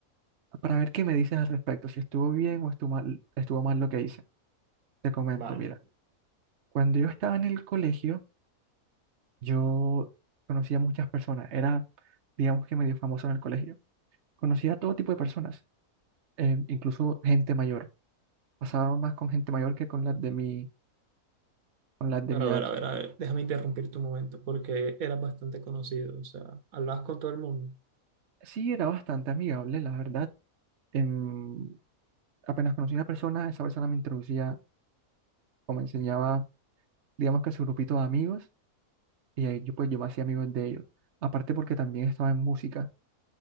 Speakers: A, on the right; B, on the right.
A: para ver qué me dices al respecto, si estuvo bien o estuvo mal, estuvo mal lo que hice. Te comento,
B: Vale.
A: mira, cuando yo estaba en el colegio, yo conocía muchas personas, era, digamos que medio famoso en el colegio. Conocía a todo tipo de personas, eh, incluso gente mayor. Pasaba más con gente mayor que con las de mi, con las de
B: Pero
A: mi edad.
B: a ver, a ver, a ver, déjame interrumpir tu momento porque eras bastante conocido, o sea, hablabas con todo el mundo.
A: Sí, era bastante amigable, la verdad. Em, apenas conocí a una persona, esa persona me introducía o me enseñaba, digamos que su grupito de amigos, y ahí yo pues yo me hacía amigos de ellos. Aparte porque también estaba en música,